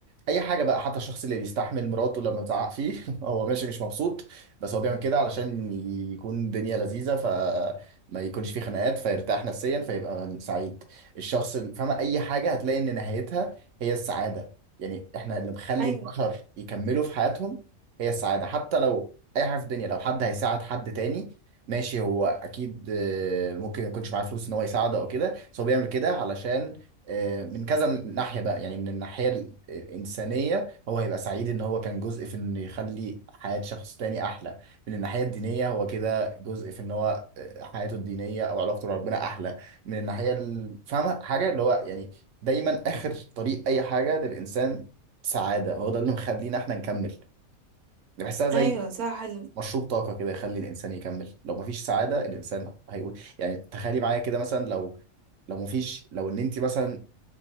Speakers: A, on the right; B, on the right.
A: اي حاجه بقى حتى الشخص اللي بيستحمل مراته لما تزعق فيه <laughs> هو ماشي مش مبسوط بس هو بيعمل كده علشان يكون الدنيا لذيذه فما يكونش فيه خناقات فيرتاح نفسيا فيبقى سعيد الشخص اللي فاهمه اي حاجه هتلاقي ان نهايتها هي السعاده يعني احنا اللي مخلي
B: ايوه
A: البشر يكملوا في حياتهم هي السعاده حتى لو اي حاجه في الدنيا لو حد هيساعد حد تاني ماشي هو اكيد آه، ممكن ما يكونش معاه فلوس ان هو يساعده او كده بس هو بيعمل كده علشان آه، من كذا ناحية بقى يعني من الناحية الإنسانية هو هيبقى سعيد إن هو كان جزء في إنه يخلي حياة شخص تاني أحلى من الناحية الدينية هو كده جزء في إن هو آه، حياته الدينية أو علاقته بربنا أحلى من الناحية ال- فاهمة حاجة اللي هو يعني دايما آخر طريق أي حاجة للإنسان سعادة هو ده اللي مخلينا إحنا نكمل بحسها زي
B: ايوه صح ال...
A: مشروب طاقة كده يخلي الإنسان يكمل لو مفيش سعادة الإنسان هيقول يعني تخيلي معايا كده مثلا لو لو مفيش لو ان انت مثلا